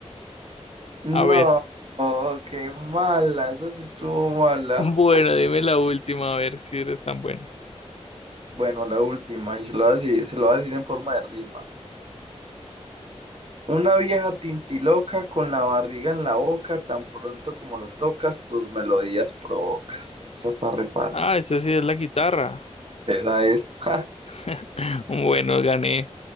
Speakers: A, on the right; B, on the left.
A: No,
B: A ver,
A: oh, qué mala, esa sí estuvo mala.
B: <laughs> bueno, dime la última, a ver si eres tan bueno.
A: Bueno, la última, y se lo voy a decir, se lo voy a decir en forma de rima. Una vieja tintiloca con la barriga en la boca, tan pronto como lo tocas, tus melodías provocas. Esa está re fácil.
B: Ah, esta sí es la guitarra.
A: Esa es. <laughs>
B: <clears throat> <laughs> Bueno, gané.